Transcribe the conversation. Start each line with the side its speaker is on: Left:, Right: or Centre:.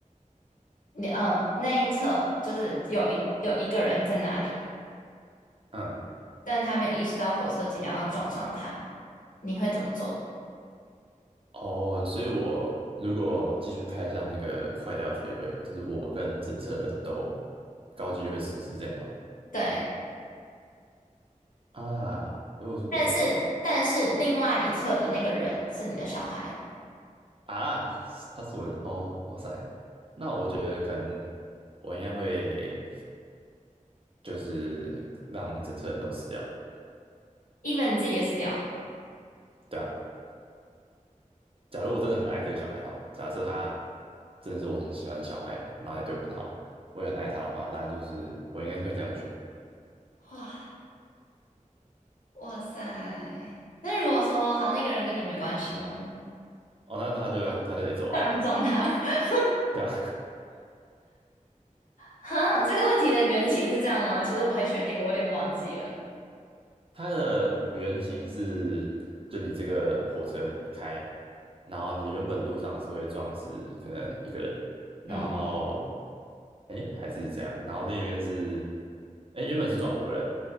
Left: 你呃那一侧就是有一有一个人在那里，
Right: 嗯，
Left: 但他没有意识到火车即将要撞上他，你会怎么做？
Right: 哦，所以我如果继续开向那个坏掉的铁轨，就是我跟整车人都高级就会死，是这样吗？
Left: 对，
Right: 啊，如果是我
Left: 但是但是另外一侧的那个人是你的小孩
Right: 啊，他是我的哦，哇塞，那我觉得可能我应该会就是让整车人都死掉了，
Left: ，even 你自己也死掉。
Right: 对啊。假如我真的很爱这个小孩的话，假设他真的是我很喜欢的小孩，然后也对我很好，我也很爱他的话，那就是我应该是会这样选。
Left: 哇哇塞！那如果说好，那个人跟你没关系呢？
Right: 哦，那他就要他就得走了，
Left: 当然是撞他。<laughs>
Right: <laughs> 对啊。
Left: 哈，这个问题的原型是这样吗？其实我不太确定，我有点忘记了。
Right: 它的原型是，就你这个火车你开，然后你原本的路上是会撞死可能一个人，然后，
Left: 嗯
Right: 哎，还是这样，然后另一边是，哎，原本是撞五个人，